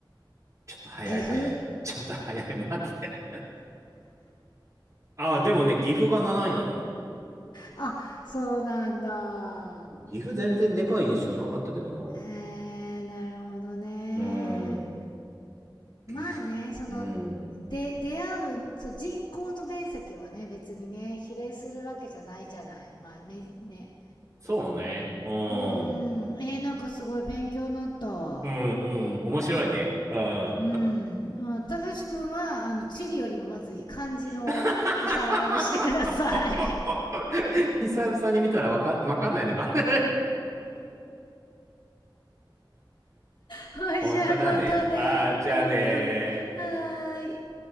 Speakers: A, on the right (about 40°); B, on the left (about 75°).
A: ちょっと早い早い。
B: 岐阜。
A: ちょっと早い。待って。ああ、でもね、岐阜が7位なのよ。
B: あ、そうなんだ。
A: 岐阜全然でかい印象なかったけどな。
B: えー、なるほどね。
A: うーん。岐阜。
B: まあね、その、
A: うん。
B: で、出会う、そう、人口と面積はね、別にね、比例するわけじゃないじゃない。まあ、め、ね。
A: そうね。う
B: うーん、
A: ん。
B: えー、なんかすごい勉強になったわ。
A: うんうん。面白いね。うん。
B: うん。あ、たかしくんは、あの、地理よりもまず漢字のおさらいをしてください。
A: <laughs>
B: <laughs>
A: 久々に見たらわか、わかんないのか。<laughs>
B: はい、
A: 本当だね。
B: じゃあまたね。
A: ああ、じゃあね
B: うんうん。はーい。